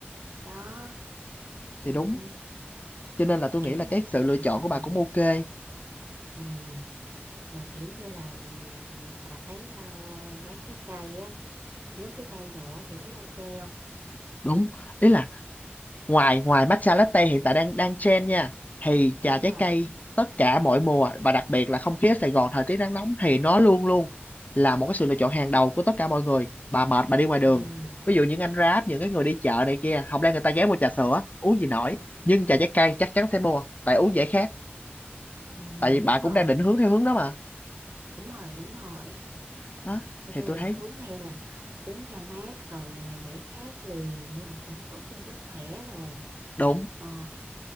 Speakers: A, on the right; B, on the left.
A: đó
B: thì
A: ừm,
B: đúng cho nên là tôi nghĩ
A: kiểu
B: là
A: như
B: cái
A: là
B: sự lựa
A: ờ,
B: chọn
A: ờ,
B: của bà cũng ok
A: ừ. mà kiểu như là ừm, bà thấy ờ, bán trái cây á nước trái cây đồ á thì thấy ok không
B: đúng ý là ngoài ngoài matcha latte hiện tại đang đang trend nha thì trà
A: đúng
B: trái
A: rồi
B: cây tất cả mọi mùa và đặc biệt là không khí ở Sài Gòn thời tiết nắng nóng thì nó luôn luôn là một cái sự lựa chọn hàng đầu của tất cả mọi người bà mệt bà đi ngoài đường
A: ừ,
B: ví dụ những anh Grab những cái người đi chợ này kia không lẽ người ta ghé mua trà sữa uống gì nổi nhưng trà trái cây chắc chắn sẽ mua tại uống dễ khát
A: ừ,
B: tại vì bà
A: đúng
B: cũng
A: rồi
B: đang định hướng theo hướng đó mà
A: đúng rồi đúng rồi
B: đó
A: tôi
B: thì
A: tôi
B: tôi
A: định
B: thấy
A: hướng theo là uống cho mát rồi à, giải khát liền nhưng mà cũng tốt cho sức khỏe đồ
B: đúng
A: ờ